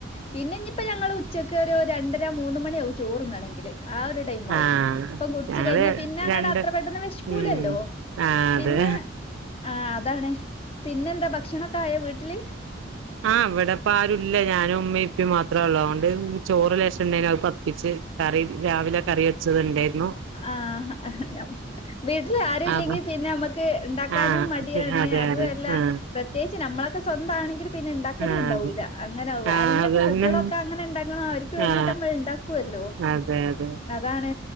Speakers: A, on the left; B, on the right.
A: പിന്നെ ഇനിയിപ്പോ ഞങ്ങൾ ഉച്ചക്ക് ഒരു രണ്ടര മൂന്ന മണിയാകും ചോറ് തിന്നാണെങ്കിൽ ആഹ് ഒരു ടൈമാവും
B: ആഹ്
A: ഇപ്പൊ കുടിചച്ച്
B: ഞങ്ങള്
A: കഴിഞ്ഞാ പിന്നെ അങ്ങട്ട്
B: രണ്ട്
A: അത്ര പെട്ടെന്ന് വിഷകൂലല്ലോ
B: ഉം ആ അതെ
A: പിന്നെ ആഹ് അതാണ് പിന്നെ എന്താ ഭക്ഷണൊക്കെ ആയ വീട്ടില്
B: ആഹ് ഇവിടെ ഇപ്പൊ ആരുല്ല ഞാനും ഉമ്മയും ഉപ്പിം മാത്രേ ഉള്ളൂ അതൊണ്ട് ചോറ് ലേശം ഉണ്ടേയ്ന് അത് തിളപ്പിച്ച് കറി രാവിലെ കറി വെച്ചതുണ്ടേയ്ന്
A: ആഹ് ആഹ് വീട്ടിൽ ആരും ഇല്ലെങ്കിൽ
B: അപ്പൊ
A: പിന്നെ നമ്മക്ക് ഇണ്ടാ ക്കാനും
B: ആ
A: മടിയാണ്
B: അതെ
A: അതും
B: അതെ
A: അല്ല
B: ആ
A: പ്രത്യേകിച്ച് നമ്മളൊക്കെ സ്വന്ത ആണെങ്കിലും പിന്നെ ഉണ്ടാക്കലും
B: ആ
A: ഉണ്ടാവില്ല
B: അതെ
A: അങ്ങനാവ
B: ആ
A: ആരെങ്കിലൊക്കെ
B: അതന്നെ
A: കുട്ടികളൊക്കെ അങ്ങനെ ഉണ്ടാക്കണോ അവർക്ക് വേണ്ടിട്ട്
B: ആ
A: നമ്മൾ ഉണ്ട ക്കുവല്ലോ
B: അതെ അതെ
A: അതാണ്